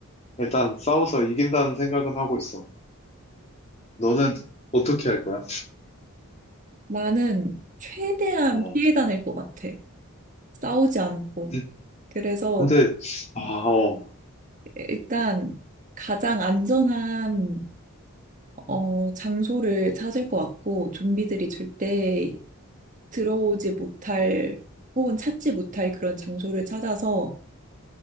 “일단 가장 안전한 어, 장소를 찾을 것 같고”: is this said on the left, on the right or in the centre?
Right